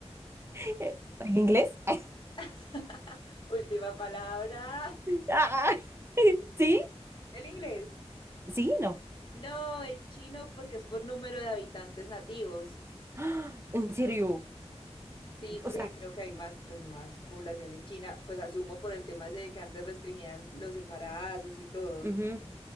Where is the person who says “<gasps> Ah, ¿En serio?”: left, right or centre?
Right